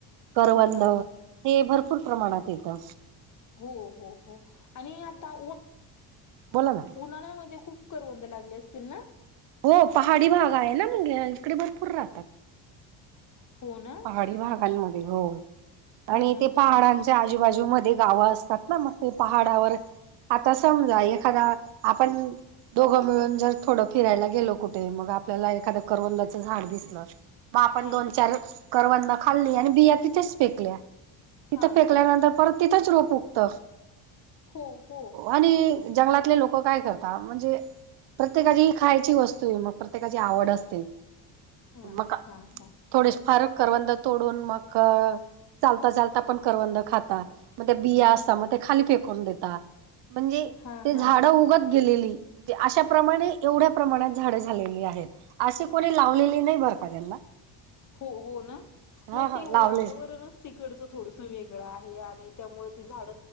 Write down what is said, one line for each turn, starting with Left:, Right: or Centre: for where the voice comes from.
Right: करवंद
Left: हा हा हा
Right: हे भरपूर
Left: हो
Right: प्रमाणात येतं.
Left: हो हो हो आणि आता उन
Right: बोला ना
Left: उन्हाळ्यामध्ये खूप करवंद लागले असतील ना?
Right: हो पहाडी भाग आहे ना मग इकडे भरपूर राहतात.
Left: हो ना.
Right: पहाडी भागांमध्ये हो
Left: हा
Right: आणि
Left: हा
Right: ते
Left: हा
Right: पहाडांच च्या आजूबाजूमध्ये गावं असतात ना मग ते पहाडावर आता समजा एखादा आपण दोघं मिळून जर थोडं फिरायला गेलो कुठे मग आपल्याला एखादं करवंदाचं झाड दिसलं. मग आपण
Left: हा
Right: दोन चार करवंद खाल्ली आणि बिया तिथेच फेकल्या. तिथं
Left: हा
Right: फेकल्यानंतर
Left: हा हा
Right: परत तिथंच रोप उगत
Left: हो हो
Right: आणि जंगलातले लोक काय करतात म्हणजे प्रत्येकाची ही खायची वस्तू आहे, मग प्रत्येकाची आवड असते.
Left: हा
Right: मग
Left: हा हा
Right: थोडीसे फार करवंद तोडून मग चालता चालता पण करवंद खाता, मग ते बिया असता मग ते खाली फेकून देता. म्हणजे
Left: हा
Right: ते
Left: हा
Right: झाडं उगत गेलेली अशा प्र्रमाणे एवढ्या प्रमाणात झाड झालेली आहेत अशी कोणी लावलेली नाही बर का त्यांना
Left: हो हो ना नाही
Right: हा हा
Left: ते
Right: लावले
Left: वातावरणच तिकडचं थोडस वेगळं आहे आणि त्यामुळे ते झाड